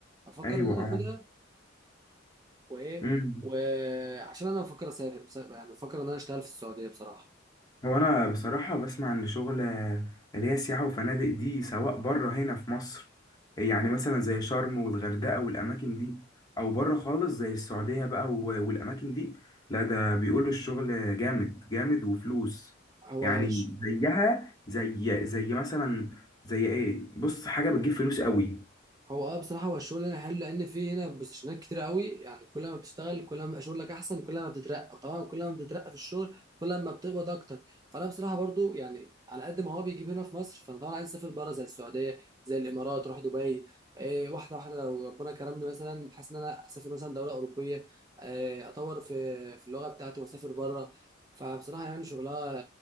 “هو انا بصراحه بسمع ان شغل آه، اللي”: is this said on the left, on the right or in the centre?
Left